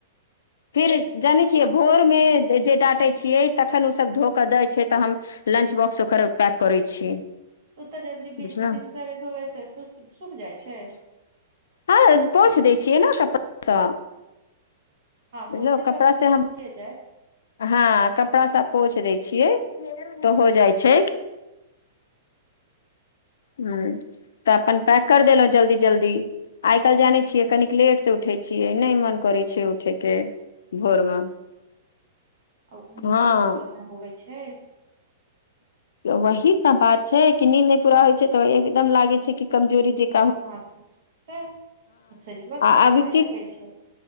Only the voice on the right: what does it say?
ओतऽ जल्दी भिनसर
धोयसँ सुख सुखि जाइ छै।
हँ,
पोछे समय
तऽ सुखिए
जाए।
ह
आ नींदो
तऽ पूरा ना होवे छै।
ह तऽ शरीरोके
सुखाए
लगै छै।